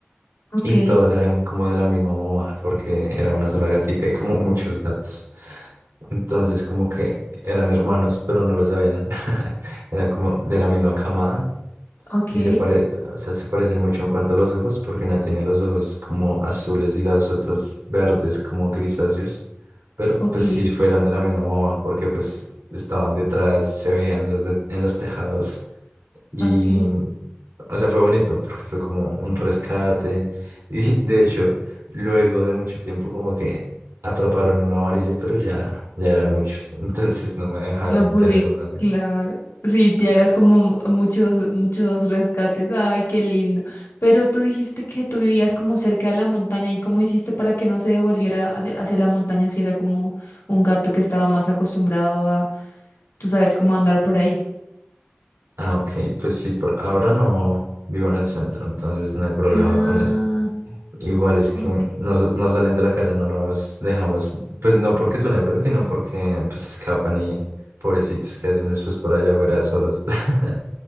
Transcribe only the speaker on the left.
ok,
ok,
ok,
ok.
No pude,
claro. Sí, te harás como muchos, muchos rescates. Ay, qué lindo. Pero tú dijiste que tú vivías como cerca de la montaña. ¿Y cómo hiciste para que no se devolviera hacia, hacia la montaña si era como un gato que estaba más acostumbrado a, tú sabes, cómo andar por ahí?
Ah,
ok.